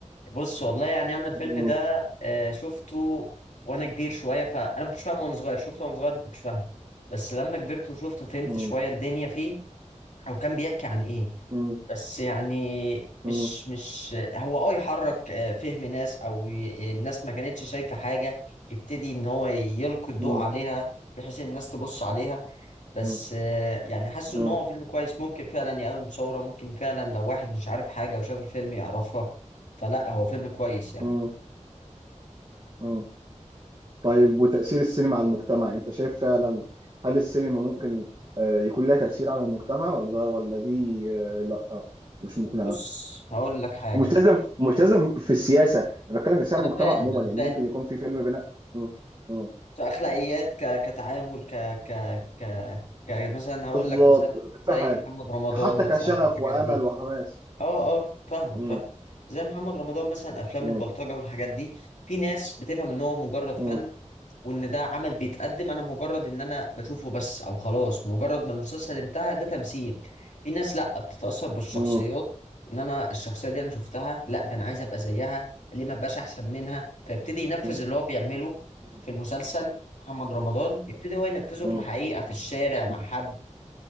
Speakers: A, on the left; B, on the right.
A: بص والله يعني انا الفيلم
B: مم.
A: ده آه، شفته وانا كبير شويه فانا ما كنتش فاهمه وانا صغير شفته وانا صغير ما كنتش فاهمه بس لما كبرت وشفته فهمت
B: مم.
A: شويه الدنيا فيه او كان بيحكي عن ايه
B: مم.
A: بس يعني
B: مم.
A: مش مش هو اه يحرك آه، فهم ناس او ي- الناس ما كانتش شايفة حاجة يبتدي ان هو يلقي الضوء
B: مم.
A: عليها بحيث إن الناس تبص عليها بس
B: مم.
A: آه، يعني حاسس
B: مم.
A: ان هو فيلم كويس ممكن فعلا يقوم ثورة ممكن فعلا لو واحد مش عارف حاجة وشاف الفيلم يعرفها فلا هو فيلم كويس يعني
B: مم. مم. طيب وتأثير السينما على المجتمع انت شايف فعلا هل السينما ممكن آه، يكون لها تأثير على المجتمع ولا ولا دي آه، لا مش مقنعة
A: بص هقول لك حاجة
B: ومش لازم مش لازم في السياسة انا بتكلم تأثير
A: انا
B: على المجتمع
A: فاهم
B: عموما
A: انا
B: يعني
A: فاهم
B: ممكن يكون في فيلم بناء مم. مم.
A: كأخلاقيات ك... كتعامل ك... ك... ك... ك... مثلا هقول
B: بالظبط
A: لك مثال
B: كل
A: زي
B: حاجة
A: محمد رمضان
B: حتى
A: مثلا
B: كشغف
A: والحاجات
B: وأمل
A: دي
B: وحماس
A: اه اه فاهمك
B: مم.
A: فاهم زي محمد رمضان مثلا افلام
B: مم.
A: البلطجه والحاجات دي في ناس بتفهم ان هو مجرد
B: مم.
A: فن وان ده عمل بيتقدم انا مجرد ان انا بشوفه بس او خلاص مجرد ما المسلسل انتهى ده تمثيل في ناس لا بتتاثر بالشخصيات
B: مم.
A: ان انا الشخصيه دي انا شفتها لا ده انا عايز ابقى زيها ليه ما ابقاش احسن منها فيبتدي ينفذ
B: مم.
A: اللي هو بيعمله
B: مم.
A: في المسلسل محمد رمضان يبتدي هو ينفذه
B: مم.
A: في الحقيقه في الشارع مع
B: مم.
A: حد